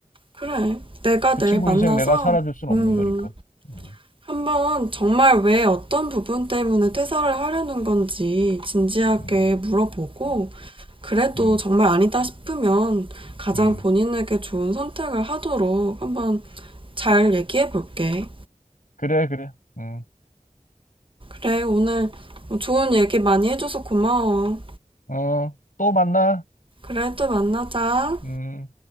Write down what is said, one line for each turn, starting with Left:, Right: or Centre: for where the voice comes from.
Right: 그래. 내가
Left: 그
Right: 내일
Left: 친구
Right: 만나서,
Left: 인생 내가 살아줄 수는
Right: 음,
Left: 없는 거니까. 음,
Right: 한번 정말 왜 어떤 부분 때문에 퇴사를 하려는 건지 진지하게
Left: 음,
Right: 물어보고
Left: 음,
Right: 그래도
Left: 음,
Right: 정말 아니다 싶으면 가장
Left: 음.
Right: 본인에게 좋은 선택을 하도록 한번 잘 얘기해 볼게.
Left: 그래, 그래. 음,
Right: 그래, 오늘 좋은 얘기 많이 해줘서 고마워.
Left: 어, 또 만나.
Right: 그래, 또 만나자.
Left: 음.